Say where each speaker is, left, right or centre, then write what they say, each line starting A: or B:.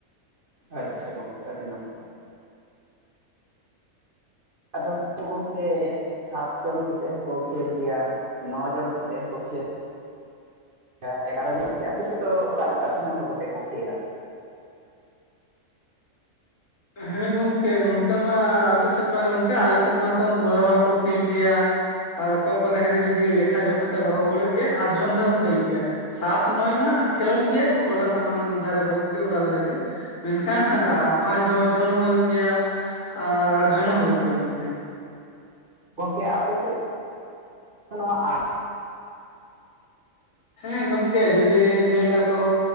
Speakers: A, on the right (about 45°); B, on the left (about 65°).
A: ᱟᱪᱪᱷᱟ ᱜᱚᱢᱠᱮ ᱟᱹᱰᱤ ᱱᱟᱯᱟᱭ ᱾ ᱟᱫᱚ ᱜᱚᱝᱠᱮ ᱥᱟᱛ ᱡᱚᱱ ᱠᱟᱛᱮᱫ ᱦᱚᱠᱚ ᱠᱷᱮᱞ ᱜᱮᱭᱟ ᱱᱚ ᱡᱚᱱ ᱠᱟᱛᱮᱫ ᱦᱚᱠᱚ ᱠᱷᱮᱞ ᱜᱮᱭᱟ ᱮᱜᱟᱨᱚ ᱡᱚᱱ ᱜᱚᱝᱠᱮ ᱟᱯᱮ ᱥᱮᱫ ᱫᱚ ᱚᱠᱟ ᱞᱮᱠᱟ ᱛᱤᱱᱟᱹᱜ ᱦᱚᱲ ᱠᱟᱛᱮᱫ ᱠᱚ ᱠᱷᱮᱹᱞᱟ?
B: ᱦᱮᱸ ᱜᱚᱢᱠᱮ ᱱᱚᱛᱮ ᱢᱟ ᱟᱯᱮᱥᱮᱫ ᱢᱟ ᱱᱚᱝᱠᱟ ᱟᱞᱮᱥᱮᱫ ᱢᱟᱛᱚ ᱢᱚᱬᱮ ᱦᱚᱲᱠᱚ ᱠᱷᱮᱞ ᱜᱮᱭᱟ ᱾ ᱟᱨ ᱚᱠᱟ ᱚᱠᱟ ᱰᱟᱹᱦᱤᱨᱮ ᱡᱩᱫᱤ ᱞᱮᱠᱷᱟ ᱡᱚᱠᱷᱟᱛᱮ ᱵᱟᱠᱚ ᱠᱩᱲᱟᱹᱜ ᱜᱮᱭᱟ ᱟᱴᱡᱚᱱ ᱛᱮᱦᱚᱠᱚ ᱠᱷᱮᱞ ᱜᱮᱭᱟ ᱾ ᱥᱟᱛ ᱱᱚᱭ ᱢᱟ ᱠᱷᱮᱞᱳᱱ ᱜᱮᱭᱟ ᱠᱚ ᱜᱚᱰᱟ ᱥᱟᱢᱟᱝ ᱫᱷᱟᱨᱮ ᱠᱚᱨᱮᱫ ᱜᱮ, ᱜᱚᱴᱟ ᱫᱷᱟᱨᱮ ᱜᱮ ᱾ ᱢᱮᱱᱠᱷᱟᱱ ᱟᱯᱟᱸᱪᱷᱚ ᱡᱚᱱ ᱦᱩᱭᱩᱜ ᱜᱮᱭᱟ ᱟᱴ ᱡᱚᱱ ᱦᱚᱸ ᱦᱩᱭᱩᱜ ᱜᱮᱭᱟ ᱜᱚᱝᱠᱮ ᱾
A: ᱜᱚᱝᱠᱮ ᱟᱯᱮ ᱥᱮᱫ ᱱᱚᱣᱟ ᱟᱴ
B: ᱦᱮᱸ ᱜᱚᱢᱠᱮ ᱡᱩᱫᱤ ᱧᱮᱞ ᱫᱟᱠᱚ